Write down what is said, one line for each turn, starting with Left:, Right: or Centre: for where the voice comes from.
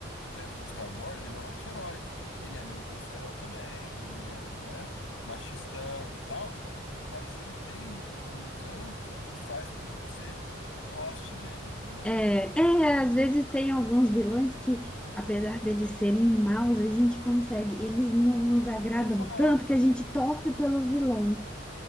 Left: exemplo, do Star Wars, ele é um anti-herói. Ele é meio grosseirão também, ele é, né, machistão e tal, mas ele tem um, um encanto que faz com que você goste dele, entendeu?
Centre: É, é, às vezes tem alguns vilões que, apesar deles serem maus, a gente consegue, eles não nos agradam
Left: Exato,
Centre: tanto que a gente torce pelo vilão.